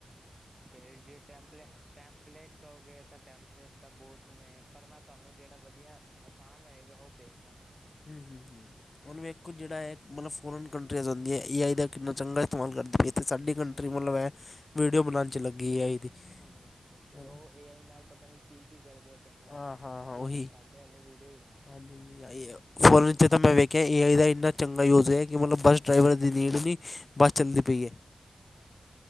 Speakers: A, on the right; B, on the left.
A: ਤੇ ਜੇ ਟੈਂਪਲੇ ਟੈਂਮਪਲੇਟ ਕਹੋਗੇ ਤਾਂ ਟੈਂਪਲੇਟ ਤਾਂ ਬੋਤ ਨੇ ਪਰ ਮੈਂ ਤੁਹਾਨੂੰ ਜੇੜਾ ਵਧੀਆ ਅਸਾਨ ਹੋਏਗਾ ਓ ਭੇਜ ਦਾਂਗਾ।
B: ਹੁਂ ਹੁਂ ਹੁਂ। ਔਨੂੰ ਇੱਕ ਕੁ ਜੇਹੜਾ ਹੈ ਮਤਲਬ ਫੋਰਨ ਕੰਟਰੀਆਸ ਹੋਂਦੀਆਂ ਏ ਆਈ ਦਾ ਕਿੰਨਾ ਚੰਗਾ ਇਸਤੇਮਾਲ ਕਰਦੀ ਪੀ ਏ। ਤੇ ਸਾਡੀ ਕੰਟਰੀ
A: ਹੂੰ
B: ਮਤਲਬ ਹੈ ਵੀਡੀਓ ਬਣਾਣ ਚ ਲੱਗੀ ਐ ਏ ਆਈ ਦੀ।
A: ਹੁਂ। ਏ
B: ਹੈ
A: ਓ
B: ਨਾ
A: ਏ ਆਈ ਨਾਲ ਪਤਾ ਨੀ ਕੀ ਕੀ ਕਰਦੇ ਪਏ ਨ
B: ਹਾਂ ਹਾਂ ਹਾਂ
A: ਤੇ
B: ਉਹੀ
A: ਆ ਸਾਡ ਡੇ ਵਾਲੇ ਵੀਡੀਓ ਈ
B: ਹਾਂਜੀ। ਫੋਨ ਵਿਚ ਤਾਂ ਮੈਂ ਵੇਖਿਆ ਏ ਆਈ ਦਾ ਇੰਨਾ ਚੰਗਾ ਯੂਜ ਹੈ ਕਿ ਮਤਲਬ ਬ ਡਰਾਈਵਰ
A: ਹੂੰ,
B: ਦੀ ਨੀਡ ਨਈ ਬੱਸ ਚੱਲਦੀ ਪਈ ਏ।